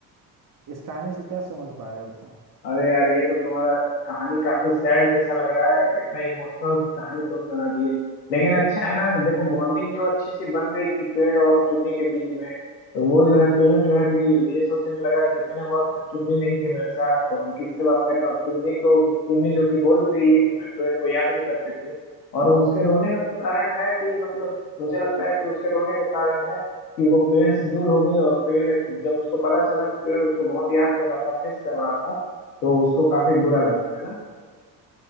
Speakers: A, on the right; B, on the left.
A: इस कहानी से क्या समझ पा रहे हो तुम
B: अरे यार ये तो तुम्हारा कहानी काफी सैड जैसा लग रहा है कितना इमोशनल कहानी तुम सुना दी है लेकिन अच्छा है ना देखो बॉन्डिंग जो अच्छी सी बन गई थी पेड़ और चुन्नी के बीच में तो वो जो है पेड़ जो है भी ये सोचने लगा कि इतने वक्त तक चुन्नी नहीं थी मेरे साथ तो हम किससे बात करें और चुन्नी को चुन्नी जो कि बोल भी रही है कि मैं पेड़ को याद भी करती थी और उसके रोने का कारण है कि मतलब मुझे लगता है कि उसके रोने का कारण है कि वो पेड़ से दूर हो गई और पेड़ जब उसको पता चला कि पेड़ उसको बहुत याद कर रहा था मिस कर रहा था तो उसको काफी बुरा लगा है ना